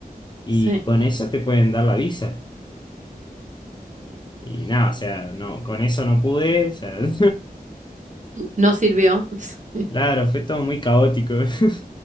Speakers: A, on the left (about 30°); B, on the right (about 50°).
A: y
B: sí,
A: con eso te pueden dar la visa. Y nada, o sea, no, con eso no pude, o sea, <laughs>
B: no sirvió. <laughs>
A: claro, fue todo muy caótico. <laughs>